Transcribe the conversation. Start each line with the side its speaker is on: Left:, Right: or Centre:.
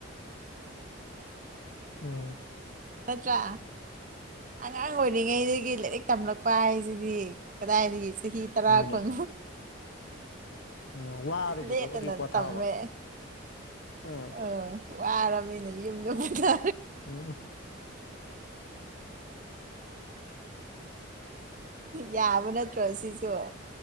Left: ꯎꯝ
Right: ꯅꯠꯇ꯭ꯔꯥ ꯑꯉꯥꯡ ꯑꯣꯏꯔꯤꯉꯩꯗꯒꯤ ꯂꯥꯏꯔꯤꯛ ꯇꯝꯂꯛꯄ ꯍꯥꯏꯁꯤꯗꯤ ꯀꯗꯥꯏꯗꯒꯤ ꯆꯍꯤ ꯇꯔꯥ
Left: ꯃꯥꯅꯦ
Right: ꯀꯨꯟ
Left: ꯎꯝ ꯋꯥꯔꯨꯕꯗꯣ
Right: ꯂꯦꯞꯇꯅ
Left: ꯑꯗꯨꯏ ꯄꯣꯊꯥꯕ
Right: ꯇꯝꯃꯦ
Left: ꯎꯝ
Right: ꯑꯥ ꯋꯥꯔꯕꯃꯤꯅ ꯌꯨꯝꯗ ꯄꯣꯊ
Left: ꯑꯣ ꯍꯣꯏ
Right: ꯌꯥꯕ ꯅꯠꯇ꯭ꯔꯣꯁꯤꯁꯨ